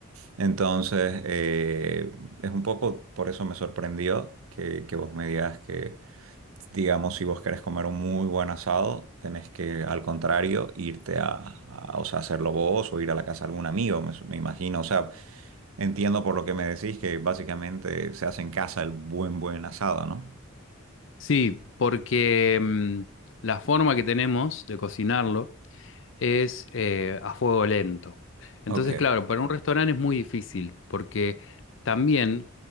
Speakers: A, on the right; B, on the left.
A: Entonces, eh, es un poco, por eso me sorprendió que, que vos me digas que, digamos, si vos querés comer un muy buen asado, tenés que, al contrario, irte a, a- o sea, hacerlo vos o ir a la casa de algún amigo, me me imagino, o sea, Entiendo por lo que me decís que básicamente se hace en casa el buen buen asado, ¿no?
B: Sí, porque mm, la forma que tenemos de cocinarlo es eh, a fuego lento. Entonces,
A: Ok,
B: claro, para un restaurante es muy difícil porque también